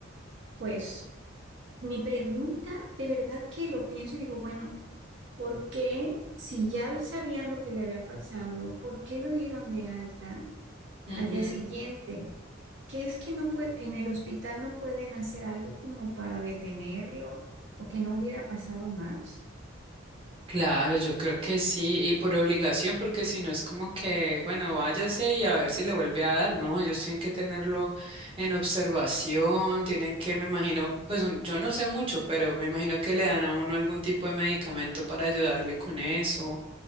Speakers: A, on the right (about 60°); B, on the right (about 30°).
A: Pues mi pregunta, de verdad que lo pienso y digo, bueno, ¿por qué si ya sabían lo que le había pasado, por qué lo dieron de alta
B: Ujú.
A: al día siguiente? ¿Qué es que no puede, en el hospital no pueden hacer algo como para detenerlo o que no hubiera pasado más?
B: Claro, yo creo que sí, y por obligación, porque si no es como que, bueno, váyase y a ver si le vuelve a dar. No, ellos tienen que tenerlo en observación, tienen que, me imagino, pues un- yo no sé mucho, pero me imagino que le dan a uno algún tipo de medicamento para ayudarle con eso.